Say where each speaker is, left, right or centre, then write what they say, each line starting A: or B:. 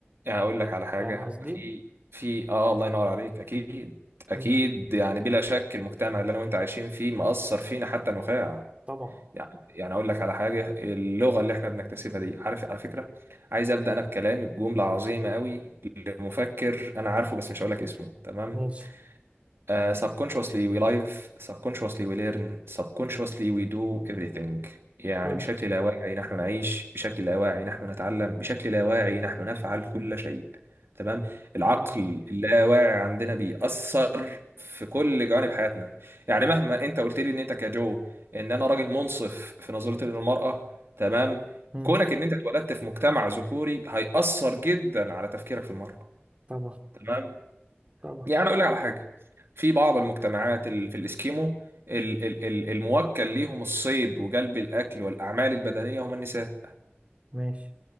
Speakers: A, on the right; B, on the right.
A: هقول لك على حاجة
B: فاهم قصدي
A: في في آه الله ينور عليك أكيد أكيد
B: مم.
A: يعني بلا شك المجتمع اللي أنا وأنت عايشين فيه مأثر فينا حتى نخاع
B: طبعا
A: يعني يعني أقول لك على حاجة اللغة اللي إحنا بنكتسبها دي عارف على فكرة عايز أبدأ أنا بكلامي بجملة عظيمة قوي لمفكر أنا عارفه بس مش هقول لك اسمه تمام
B: ماشي
A: Uh, subconsciously we live, subconsciously we learn, subconsciously we do everything. يعني
B: حلو
A: بشكل لا واعي نحن نعيش، بشكل لا واعي نحن نتعلم، بشكل لا واعي نحن نفعل كل شيء. تمام؟ العقل
B: تمام
A: اللاواعي عندنا بيأثر في كل جوانب حياتنا. يعني مهما انت قلت لي ان انت كجو ان انا راجل منصف في نظرتي للمرأة، تمام؟
B: مم.
A: كونك ان انت اتولدت في مجتمع ذكوري هيأثر جدا على تفكيرك في المرأة.
B: طبعا
A: تمام؟
B: طبعا
A: يعني انا اقول لك على حاجه في بعض المجتمعات ال- في الاسكيمو ال- ال- ال- الموكل ليهم الصيد وجلب الاكل والاعمال البدنيه هم النساء
B: ماشي